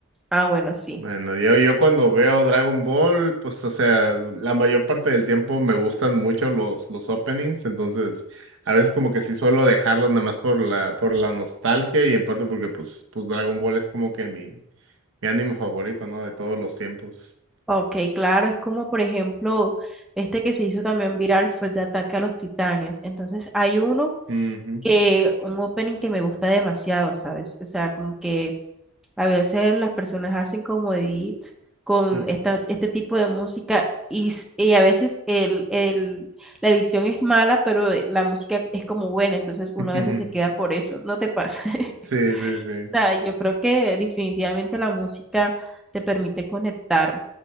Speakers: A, in the centre; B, on the right.
A: Ah, bueno, sí.
B: Bueno, yo, yo cuando veo Dragon Ball, pues, o sea, la mayor parte del tiempo me gustan mucho los, los openings, entonces, a veces como que sí suelo dejarlos nada más por la, por la nostalgia y en parte porque, pues, pues Dragon Ball es como que mi, mi anime favorito, ¿no? De todos los tiempos.
A: Ok, claro, es como por ejemplo este que se hizo también viral fue el de Ataque a los Titanes. Entonces hay uno
B: Ujú,
A: que, un opening que me gusta demasiado, ¿sabes? O sea, como que a veces las personas hacen como edit con
B: ujú,
A: esta,
B: ujú,
A: este tipo de música y, s- y a veces el, el- la edición es mala, pero la música es como buena, entonces uno
B: <laughs>
A: a
B: ujú.
A: veces se queda por eso, ¿no te pasa? <laughs>
B: Sí, sí, sí.
A: O sea, yo creo que definitivamente la música te permite conectar.